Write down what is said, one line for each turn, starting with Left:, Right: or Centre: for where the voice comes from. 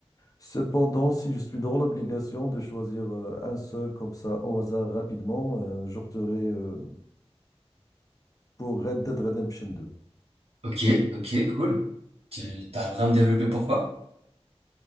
Left: Cependant, si je suis dans l'obligation de choisir euh, un seul comme ça au hasard rapidement, euh, j'opterai euh, pour Red Dead Redemption 2.
Right: ok, ok, cool. Tu t'as vraiment développé pourquoi?